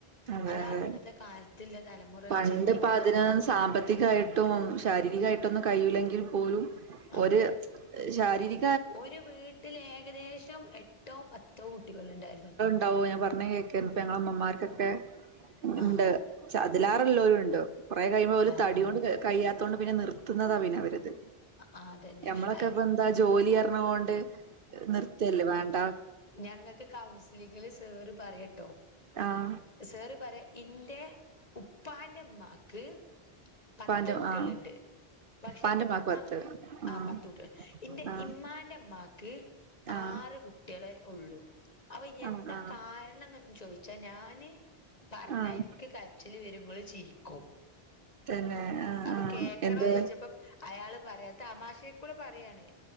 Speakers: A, on the right; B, on the left.
A: അതെ
B: അതാണ്
A: അതെ
B: ഇന്നത്തെ കാലത്തില്ല തലമുറ
A: പണ്ട്
B: ചിന്തിക്ന്നത്.
A: ഇപ്പ അതിന് സാമ്പത്തികായിട്ടും ശാരീരികമായിട്ടൊന്നും കയ്യൂല്ലെങ്കിൽ പോലും
B: ആ
A: ഒരു പ ശാരീരി
B: ഒരു വീട്ടിൽ ഏകദേശം എട്ടോ പത്തോ കുട്ടികള്ണ്ടായിര്ന്നു.
A: ഉണ്ടാവോ ഞാൻ പറഞ്ഞേ കേക്ക ഇപ്പ ഞങ്ങള മ്മമ്മാർക്കൊക്കെ
B: ആ
A: ഇണ്ട് ചെഅതിലേറേള്ളോലുണ്ട് കുറെകയുമ്പോ ഓല്
B: ആ
A: തടിയോണ്ട്
B: ആ
A: കയ്യാത്തോണ്ട് പിന്നെ നിർത്തുന്നതാ പിന്നെ അവരത്
B: ആ അതന്നെ
A: ഞമ്മളൊക്കെ
B: അയിന്
A: ഇപ്പ എന്താ ജോലി അർഞ്ഞ ഓണ്ട് നിർത്തല്ലേ വേണ്ടാ
B: ഞങ്ങൾക്ക് കൗൺസിലിങ്ങില് സെറ് പറയട്ടോ
A: ആഹ് അഹ്
B: സെറ് പറയാ ഇന്റ ഉപ്പാന്റെ മ്മാക്ക് പത്ത്
A: ഉപ്പാന്റെ
B: കുട്ട്യേള്ണ്ട്
A: ആഹ്
B: പക്ഷെ
A: ഉപ്പാന്റെ
B: ഇന്റെ
A: ഉമ്മാക്ക് പത്ത്
B: ആ
A: ആഹ്
B: പത്ത് കുട്ട്യാള് ഇന്റെ
A: ആഹ്
B: ഇമ്മാന്റെ മ്മാക്ക് ഹ്
A: ആഹ്
B: ആറ് കുട്ട്യേളെ ഒള്ളൂ അപഎന്താ
A: ആഹ് ആഹ്
B: കാരണംന്ന് ചോയ് ച്ചാ ഞാന് പറഞ്ഞാ
A: ആഹ്
B: ഇൻക്ക് കരച്ചില് വരും ങ്ങള്ചിരിക്കും
A: തന്നെ ആഹ്
B: അപ്
A: ആഹ്
B: കേക്കണോ
A: എന്ത്
B: ചോദിച്ചപ്പ അയാള് പറയാ തമാശെക്കൂടെ പറയാണ്